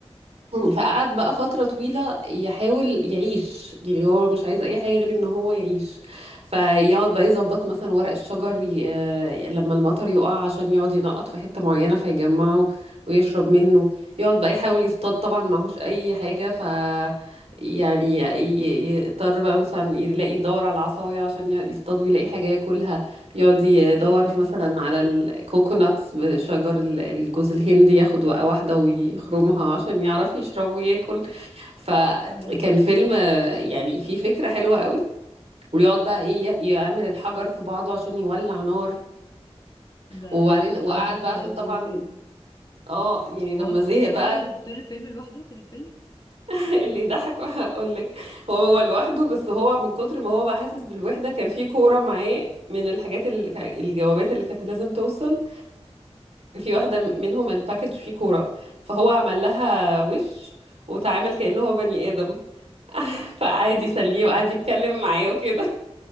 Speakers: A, on the right; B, on the left.
A: فقعد بقى فترة طويلة يحاول يعيش يعني هو مش عايز أي حاجة غير إن هو يعيش فيقعد بقى يظبط مثلا ورق الشجر ي... آه، لما المطر يقع عشان يقعد ينقط في حتة معينة فيجمعه ويشرب منه يقعد بقى يحاول يصطاد طبعا معهوش أي حاجة ف يعني ي- ي- يضطر بقى مثلا يلاقي يدور على العصاية عشان ي- يصطاد ويلاقي حاجة ياكلها يقعد يدور
B: ايوه ايوه
A: مثلا على الكوكوناتس بشجر ال- الجوز الهندي ياخد وقعة واحدة ويخرمها عشان يعرف يشرب وياكل فكان
B: ده
A: فيلم آه، يعني فيه فكرة حلوة قوي ويقعد بقى ايه ي- يعمل الحجر في بعضه عشان يولع نار
B: ده
A: وبعدين وقعد
B: اه شكله
A: بقى عشان
B: لذوذ
A: طبعا
B: يعني
A: اه يعني لما
B: وهو في
A: زهق
B: طول
A: بقى
B: لوحده في طول الفيلم لوحده في الفيلم
A: <laughs> اللي يضحك هقول لك هو هو لوحده بس هو من كتر ما هو بقى حاسس بالوحدة كان في كورة معاه من الحاجات اللي كا- الجوابات اللي كانت لازم توصل في واحدة م- منهم الباكج فيه كورة فهو عمل لها وش وتعامل كأنه هو بني آدم <laughs> فقعد
B: اوكي
A: يسليه وقعد يتكلم معاه وكده